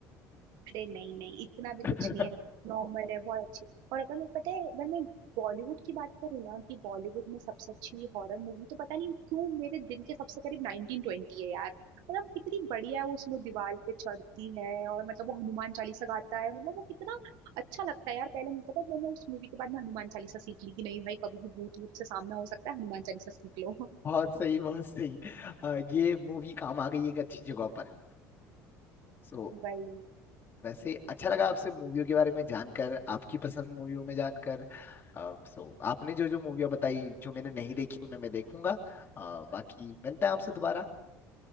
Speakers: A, on the right; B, on the left.
A: अरे नहीं नहीं इतना भी
B: <laughs>
A: कुछ नहीं है नॉर्मल है बहुत अच्छी और अगर मैं पता है अगर मैं बॉलीवुड की बात करूँ ना कि बॉलीवुड में सबसे अच्छी हॉरर मूवी तो पता नहीं क्यों मेरे दिल के सबसे करीब नाइनटीन ट्वेंटी है यार मतलब कितनी बढ़िया है वो उसमें दीवार पे चढ़ती है और मतलब वो हनुमान चालीसा गाता है मतलब वो कितना अच्छा लगता है यार पहले मुझे पता है, मैंने उस मूवी के बाद में हनुमान चालीसा सीख ली कि नहीं भाई कभी भी भूत भूत से सामना हो सकता है हनुमान चालीसा सीख लो
B: बहुत सही बहुत सही अ, ये मूवी काम आ गई एक अच्छी जगह पर सो
A: <laughs> भाई
B: वैसे अच्छा लगा आपसे मूवियों के बारे में जानकर आपकी पसंद मूवियों में जानकर सो आपने जो जो मूवियाँ बताई जो मैंने नहीं देखी उन्हें मैं देखूंगा अ, बाकी मिलते हैं आपसे दोबारा